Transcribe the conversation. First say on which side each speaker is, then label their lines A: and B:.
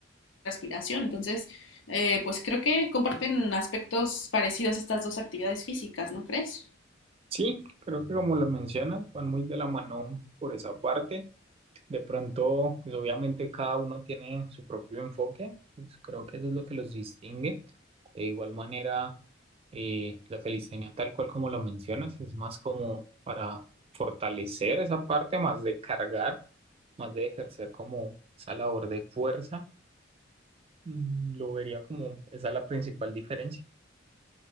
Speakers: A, on the left; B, on the right.
A: respiración. Entonces, eh, pues creo que comparten aspectos parecidos estas dos actividades físicas, ¿no crees?
B: Sí, creo que como lo mencionas, van muy de la mano por esa parte. De pronto, pues obviamente cada uno tiene su propio enfoque, pues, creo que eso es lo que los distingue. De igual manera, eh, la calistenia, tal cual como lo mencionas, es más como para fortalecer esa parte, más de cargar, más de ejercer como esa labor de fuerza. Mm, Lo vería como esa la principal diferencia.